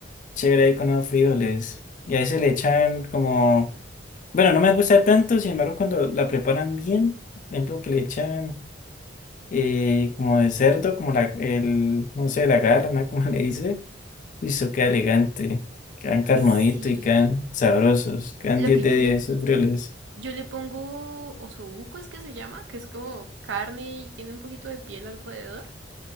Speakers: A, on the left; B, on the right.
A: Chévere ahí con los frijoles. Y a veces le echan como... Bueno, no me gusta tanto, sin embargo, cuando la preparan bien, por ejemplo, que le echan eh, como de cerdo, como la, el, no sé, la garna, <laughs> como le dice, y eso queda elegante. Quedan carnudito
B: Sí,
A: y quedan sabrosos. Quedan
B: lo
A: 10
B: que
A: de
B: yo
A: 10
B: le
A: esos frijoles.
B: Yo le pongo osobuco, es que se llama, que es como carne y tiene un poquito de piel alrededor.